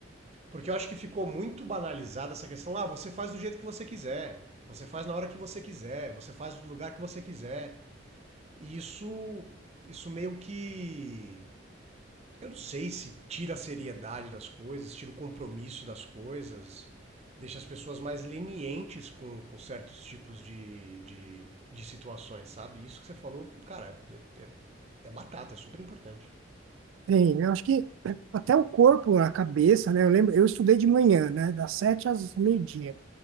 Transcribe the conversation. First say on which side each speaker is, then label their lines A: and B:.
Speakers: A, on the right; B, on the right.
A: Porque eu acho que ficou muito banalizada essa questão. Ah, você faz do jeito que você quiser, você faz na hora que você quiser, você faz do lugar que você quiser. E isso, isso meio que eu não sei se tira a seriedade das coisas, tira o compromisso das coisas, deixa as pessoas mais lenientes com, com certos tipos de, de, de situações, sabe? Isso que você falou, cara, é, é- é batata, é super importante.
B: Tem, eu acho que até o corpo, a cabeça, né? Eu lembro, eu estudei de manhã, né? Das sete às meio-dia.